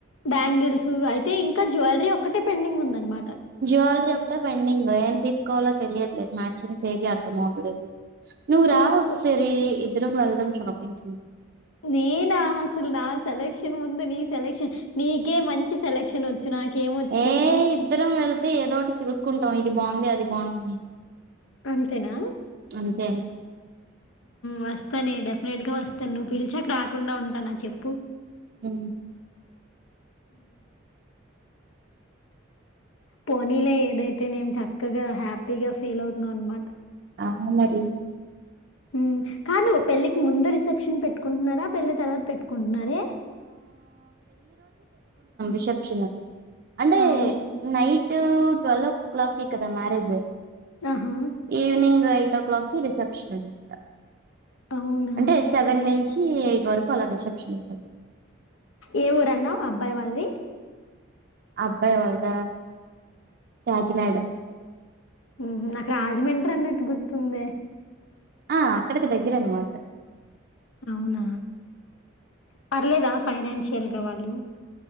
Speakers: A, on the left (about 85°); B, on the right (about 50°).
A: బ్యాంగిల్స్ అయితే ఇంకా జ్యువెలరీ ఒక్కటే పెండింగ్ ఉంద అనమాట
B: జ్యువెలరీ ఒకటే పెండింగ్ ఏం తీసుకోవాలో తెలియ మ్యాచింగ్ సేమ్ అర్థం కావట్లేదు నువ్వు కూడా
A: చూసుకో
B: ఒకసారి ఇద్దరు వెళ్దాం షాపింగ్ కి
A: నేనా అసలు నా సెలక్షన్ ముందు నీ సెలక్షన్ నీకే మంచి సెలక్షన్ వు వచ్చు నాకేమొచ్చ
B: ఏ
A: చెప్పు
B: ఇద్దరం వెళ్తే ఏదోటి చూసుకుంటాం ఇది బాగుంది అది బాగుందని
A: అంతేనా
B: అంతే అంతే
A: వస్తానే డెఫినెట్ గా వస్తాను నువ్వు పిలిచాక రాకుండా ఉంటానా చెప్పు
B: అ
A: పోనీలే ఏదైతే నేం చక్కగా హ్యాపీగా ఫీల్ అవుతున్నాం అనమాట
B: ఆ మరి
A: ఉ కాదు పెళ్ళికి ముందు రిసెప్షన్ పెట్టుకుంటున్నారా పెళ్లి తర్వాత పెట్టుకుంటున్నారే
B: రసెప్షనా అంటే
A: అవును
B: నైటూ ట్వల్వ్ ఓ క్లాక్కి కదా మ్యారేజ్
A: ఆహా
B: ఈవినింగ్ అయి ఎయిట్ ఓ క్లాక్కి రిసెప్షన్ అంటా
A: అవునా
B: అంటే సెవెన్ నుంచి ఎయిట్ వరకు అలా రిసెప్షన్ ఉంటది
A: ఏ ఊరన్నావ్ అబ్బాయి వాళ్ళ ది
B: అబ్బాయి వాళ్ళ దా కాకినాడ
A: ఉహు నాకు రాజమండ్రి అన్నట్టు గుర్తుందే
B: ఆ అక్కడికి దగ్గరే అన్నమాట
A: అవున. పర్లేదా ఫైనాన్షియల్ గా వాళ్ళు